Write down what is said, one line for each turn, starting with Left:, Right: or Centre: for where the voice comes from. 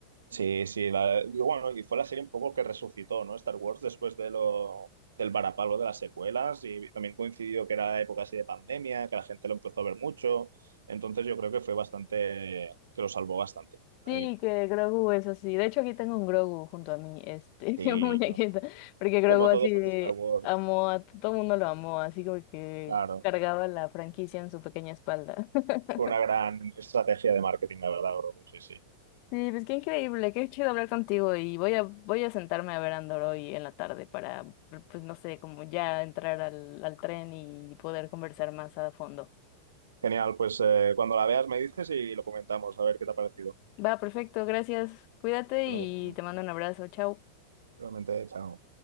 Right: Sí, sí, la- y bueno, y fue la serie un poco que resucitó, ¿no? Star Wars después de lo, del varapalo de las secuelas y también coincidió que era época así de pandemia, que la gente lo empezó a ver mucho, entonces yo creo que fue bastante, que lo salvó bastante
Left: Sí,
Right: ahí.
Left: que Grogu es así. De hecho, aquí tengo un Grogu junto a mí, este,
Right: Y
Left: <laughs> un muñequito,
Right: bueno,
Left: porque Grogu
Right: como
Left: así
Right: todo fan de Star Wars,
Left: amó a todo el mundo lo amó, así como que
Right: claro,
Left: cargaba la franquicia en su pequeña espalda. <laughs>
Right: fue una gran estrategia de marketing, la verdad, Grogu, sí, sí.
Left: Sí, pues qué increíble, qué chido hablar contigo y voy a voy a sentarme a ver Andor hoy en la tarde para, pues no sé, como ya entrar al, al tren y poder conversar más a fondo.
Right: Genial, pues eh, cuando la veas me dices y lo comentamos, a ver qué te ha parecido.
Left: Va, perfecto, gracias, cuídate
Right: Hasta
Left: y
Right: luego.
Left: te mando un abrazo, chao.
Right: Igualmente, chao.